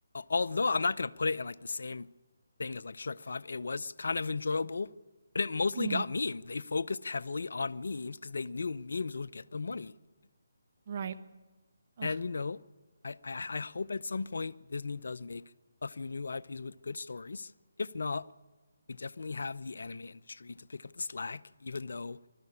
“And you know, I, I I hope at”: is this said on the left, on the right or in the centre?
Left